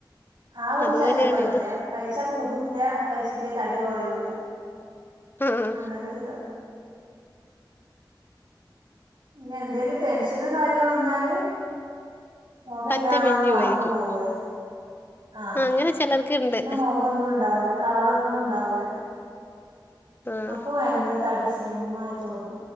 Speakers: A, on the right; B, on the left.
A: ആ ഒരു
B: അതുപോലെയാണ്
A: ശരീര പ്രകൃതിയ
B: ഇതും
A: കഴിച്ച കൂടുല്ലാ കഴിച്ചില്ലെ തടി ഇയ്യ് പറയൂല
B: ആഹ്
A: അങ്ങനെ ചെയതള ഇന്ന എന്തേലും ടെൻഷനോ കാര്യം വന്നാല് മുഖെല്ലാം
B: പറ്റെ മെലിഞ്ഞു
A: വാർന്നു
B: പോയിരിക്കും
A: പോവേ ആഹ
B: ആഹ് അങ്ങനെ ചിലർക്ക്ണ്ട്
A: പിന്നെ മുഖൊന്നുണ്ടാവൂല്ല കവളൊന്നും ഉണ്ടാവൂല്ലാ
B: ആഹ്
A: അപ്പൊ ഭയങ്കര തടിസ്ലിം മ്മായി തോന്നും